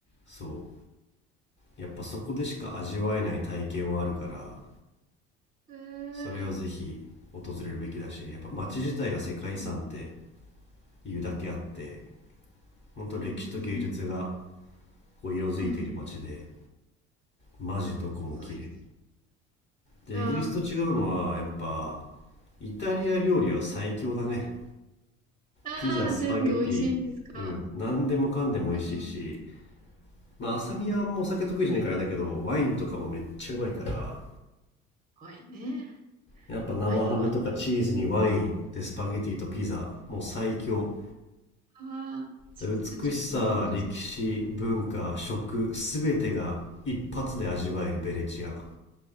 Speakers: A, on the left (about 30°); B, on the right (about 20°).
A: そう。やっぱそこでしか味わえない体験はあるから、
B: ええー
A: それはぜひ訪れるべきだし、やっぱ街自体が世界遺産って
B: うん。
A: いうだけあって、本当歴史と芸術が
B: なるほどね。
A: こう色づいている街で、
B: うん。
A: マジどこも綺麗。
B: うわ、行き
A: で、
B: たいあ
A: イギリスと違うのは、やっぱ、イタリア料理は最強だね。
B: あー、
A: ピザ、スパゲティ、
B: 全部美味しいんですか。
A: うん、何でもかんでも美味しいし、
B: うん。
A: まあ、浅見はもうお酒得意じゃないからあれだけど、
B: うん。
A: ワインとかもめっちゃうまいから、
B: 怖いね。
A: やっぱ生ハムとかチーズにワイン、
B: 怖いわ。
A: で、スパゲティとピザ、もう最強。
B: ああ、ちょ、
A: で美しさ、
B: ちょっともう、の
A: 歴史、文化、食、すべてが一発で味わえるベネチア。